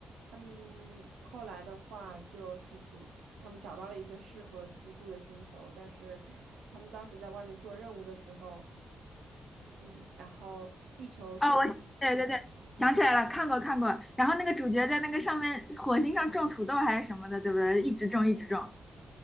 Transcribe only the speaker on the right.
他们后来的话就是主，他们找到了一个适合居住的星球，但是他们当时在外面做任务的时候，嗯，然后地球是